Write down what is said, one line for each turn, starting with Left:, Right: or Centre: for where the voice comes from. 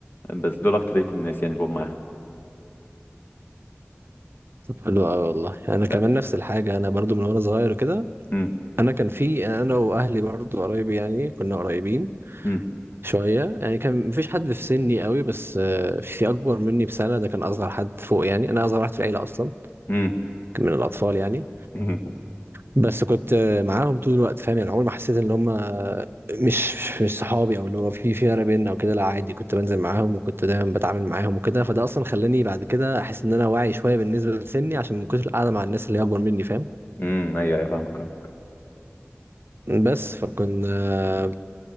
Left: بس دول اكترية الناس يعني اللي بقعد معاها
Right: طب حلو قوي والله انا
Left: ب-
Right: كمان نفس الحاجة انا برضو من وانا صغير كده
Left: مم،
Right: انا كان في انا واهلي برضو قرايبي يعني كنا قريبين
Left: مم،
Right: شوية يعني كان مفيش حد في سني قوي بس آه، في أكبر مني بسنة ده كان أصغر حد فوق يعني أنا أصغر واحد في العيلة أصلا
Left: مم،
Right: من الأطفال يعني
Left: مم،
Right: بس كنت آه، معاهم طول الوقت فاهم يعني عمري ما حسيت إن هم آه، مش مش صحابي أو اللي هو في في فرق بيننا وكده لا عادي كنت بنزل معاهم وكنت دايما بتعامل معاهم وكده فده أصلا خلاني بعد كده أحس إن أنا واعي شوية بالنسبة لسني عشان ما كنتش قاعدة مع الناس اللي هي أكبر مني فاهم
Left: مم، ايوه ايوه فاهمك اه
Right: بس فكنا